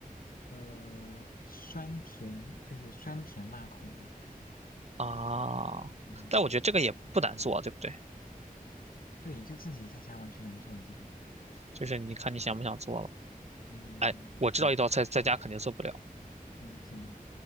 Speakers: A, on the left (about 75°); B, on the right (about 45°).
A: 呃酸甜，就是酸甜辣口的，
B: 啊，
A: 嗯，
B: 但我觉得这个也不难做啊，对不对？
A: 对，就自己在家完全能做的这种，
B: 就是你看你想不想做了。
A: 嗯，
B: 哎，我知道一道菜在家肯定做不了，
A: 对，嗯什么